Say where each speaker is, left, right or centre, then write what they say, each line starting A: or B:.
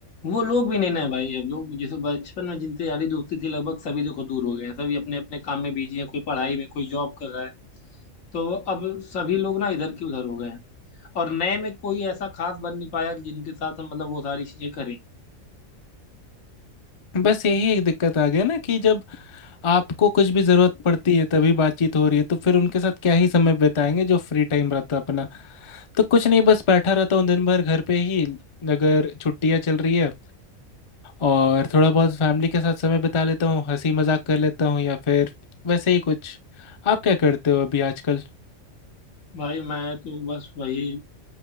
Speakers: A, on the left; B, on the left.
A: वो लोग भी नहीं ना भाई अब जो जैसे बचपन में जिनसे यारी दोस्ती थी लगभग सभी देखो दूर हो गए हैं सभी अपने अपने काम में बिजी हैं कोई पढ़ाई में कोई जॉब कर रहा है तो अब सभी लोग ना इधर की उधर हो गए हैं और नए में कोई ऐसा खास बन नहीं पाया कि जिनके साथ हम मतलब वो सारी चीजें करें
B: बस यही एक दिक्कत आ गया ना कि जब आपको कुछ भी जरूरत पड़ती है तभी बातचीत हो रही है तो फिर उनके साथ क्या ही समय बिताएंगे जो फ्री टाइम रहता है अपना तो कुछ नहीं बस बैठा रहता हूँ दिन भर घर पे ही अगर छुट्टियाँ चल रही है और थोड़ा बहुत फैमिली के साथ समय बिता लेता हूँ हंसी मजाक कर लेता हूँ या फिर वैसे ही कुछ आप क्या करते हो अभी आजकल
A: भाई मैं तो बस वही